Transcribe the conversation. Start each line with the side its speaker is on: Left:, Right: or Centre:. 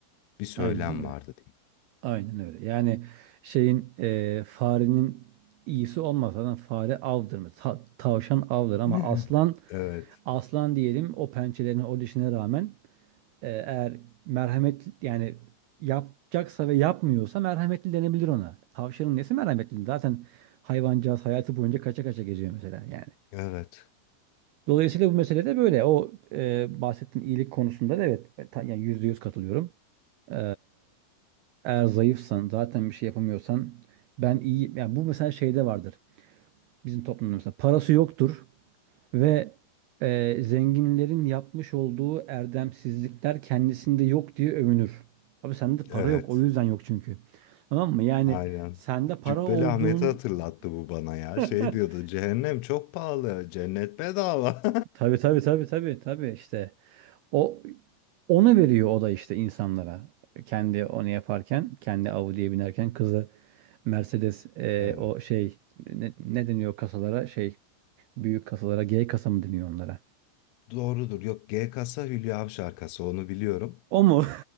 Left: Bir söylem
Right: Aynen öyle.
Left: vardı diyeyim.
Right: Aynen öyle. Yani şeyin e, farenin iyisi olmaz. Zaten fare avdır. Ta- tavşan avdır ama
Left: <laughs>
Right: aslan
Left: Evet,
Right: aslan diyelim o pençelerine o dişine rağmen Ee, eğer merhamet yani yapacaksa ve yapmıyorsa merhametli denebilir ona. Tavşanın nesi merhametli? Zaten hayvancağız hayatı boyunca kaça kaça geziyor mesela yani.
Left: evet,
Right: Dolayısıyla bu mesele de böyle. O e, bahsettiğin iyilik konusunda da evet ta- yani yüzde yüz katılıyorum. Ee, eğer zayıfsan zaten bir şey yapamıyorsan ben iyi yani bu mesela şeyde vardır. Bizim toplumda mesela parası yoktur. Ve e, zenginlerin yapmış olduğu erdemsizlikler kendisinde yok diye övünür. Abi sende para
Left: evet.
Right: yok o yüzden yok çünkü. Tamam mı? Yani
Left: Aynen.
Right: sende para
Left: Cübbeli
Right: olduğun
Left: Ahmet'i hatırlattı bu bana ya.
Right: <laughs>
Left: Şey diyordu, cehennem çok pahalı, cennet bedava.
Right: tabii tabii tabii tabii tabii işte o onu veriyor o da işte insanlara. Kendi onu yaparken, kendi Audi'ye binerken kızı Mercedes e,
Left: <laughs> Evet.
Right: o şey ne, ne deniyor kasalara şey büyük kasalara G kasa mı deniyor onlara?
Left: Doğrudur. Yok G kasa Hülya Avşar kasa onu biliyorum.
Right: O mu?